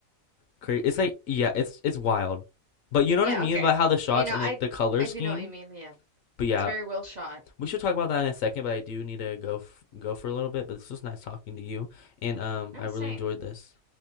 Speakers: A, on the left; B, on the right.
A: Cra- it's like yeah, it's it's wild. But you
B: Yeah,
A: know what I mean
B: okay.
A: about how the shots
B: You know,
A: and
B: I
A: like the color
B: I
A: scheme?
B: do know what you mean. Yeah.
A: But yeah,
B: It's very well shot.
A: we should talk about that in a second, but I do need to go f- go for a little bit, but this was nice talking to you and um
B: No,
A: I really
B: same.
A: enjoyed this.